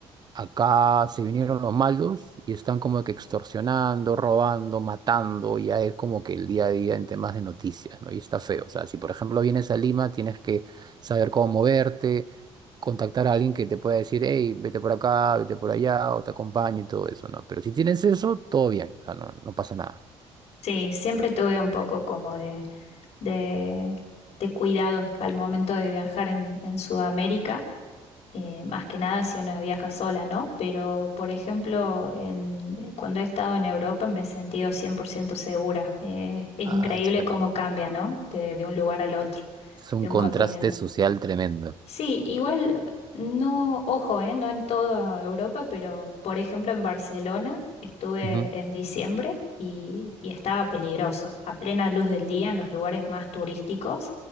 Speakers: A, on the right; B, on the left.
A: acá se vinieron los malos y están como que extorsionando, robando, matando, ya es como que el día a día en temas de noticias, ¿no? Y está feo, o sea, si por ejemplo vienes a Lima, tienes que saber cómo moverte, contactar a alguien que te pueda decir, hey, vete por acá, vete por allá, o te acompaño y todo eso, ¿no? Pero si tienes eso, todo bien, o sea, no, no pasa nada.
B: Sí, siempre tuve un poco como de, de, de cuidado al momento de viajar en, en Sudamérica. eh, más que nada si una viaja sola, ¿no? Pero, por ejemplo, en- eh, cuando he estado en Europa me he sentido 100% segura. Eh, es
A: Ah,
B: increíble
A: eso está
B: cómo
A: como-
B: cambia, ¿no? De, de un lugar al otro,
A: Es un
B: de un
A: contraste
B: continente.
A: social tremendo.
B: Sí, igual no, ojo, eh, no en toda Europa, pero por ejemplo en Barcelona estuve
A: Ujú,
B: en diciembre y, y estaba peligroso, a plena luz del día en los lugares más turísticos,